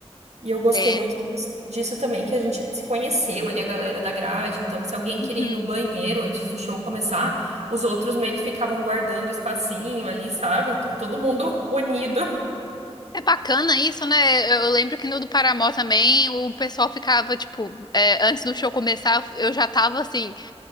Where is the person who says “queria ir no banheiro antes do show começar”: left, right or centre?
Right